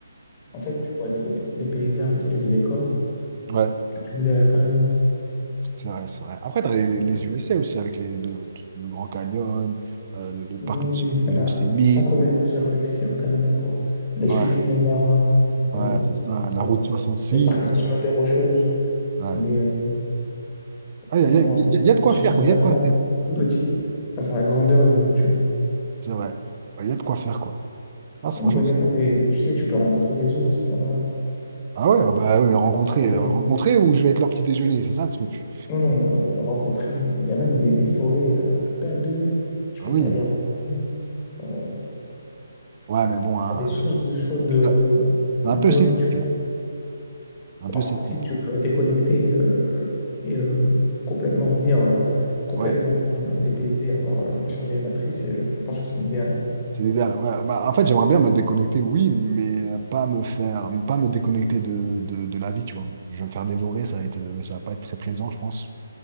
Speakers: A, on the left; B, on the right.
A: En fait, tu vois des, des paysages et des décors
B: Ouais,
A: que tu ne verrais pas ailleurs.
B: c'est vrai, c'est vrai. Après, tu as les,
A: Donc,
B: les
A: euh,
B: USA aussi, avec les, le, le Grand Canyon, euh, le, le parc
A: oui,
B: national
A: mais ça
B: de Yosemite.
A: n'a sans commune mesure avec ce qu'il y a au Canada, quoi. Les
B: Ouais,
A: chutes du Niagara,
B: ouais,
A: euh,
B: c'est ça, la
A: euh,
B: route soixante six
A: les parcs nationaux des Rocheuses,
B: Ouais.
A: les, euh,
B: Ah,
A: franchement,
B: il y a, y a- y a- y a
A: on
B: de quoi
A: se
B: faire,
A: sent vraiment
B: quoi. Il y a de quoi faire.
A: tout petit face à la grandeur de la nature.
B: C'est vrai. Ouais, Il y a de quoi faire, quoi. Ah, c'est-
A: Et
B: franchement.
A: on voit également
B: c'est-
A: des, tu sais, tu peux rencontrer des ours là-bas.
B: Ah ouais,
A: euh,
B: bah, bah oui, mais rencontrer,
A: des forêts.
B: euh, rencontrer ou je vais être leur petit déjeuner, c'est ça le truc.
A: non, non, euh, rencontrer, il y a même des, des forêts euh, à perte de vue. Tu
B: Ah
A: peux
B: oui.
A: faire des randonnées. euh,
B: Ouais, mais bon, hein,
A: T'as des sources de chaud de
B: euh,
A: d'eau
B: un peu sceptique,
A: naturelle.
B: là. Un
A: Ouah,
B: peu sceptique.
A: si tu veux déconnecter euh, et euh, complètement revenir euh, complètement
B: Ouais,
A: euh, dépaysé, et avoir euh, rechargé les batteries, c'est, euh, je pense que c'est l'idéal.
B: c'est l'idéal. Ouais, bah, en fait, j'aimerais bien me déconnecter, oui, mais pas me faire, pas me déconnecter de, de, de la vie, tu vois. Je vais me faire dévorer, ça va être, euh, ça va pas être très plaisant, je pense.